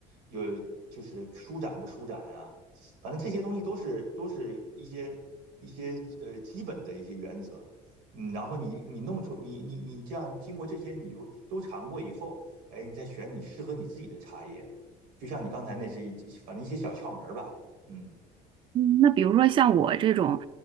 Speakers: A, on the right; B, on the right.
A: 有就是舒展不舒展呀、反正这些东西都是都是一些一些呃基本的一些原则。嗯，然后你你弄出你你你这样经过这些，你就都尝过以后，哎，你再选你适合你自己的茶叶。就像你刚才那是一反正一些小窍门儿吧。嗯
B: 嗯那比如说像我这种，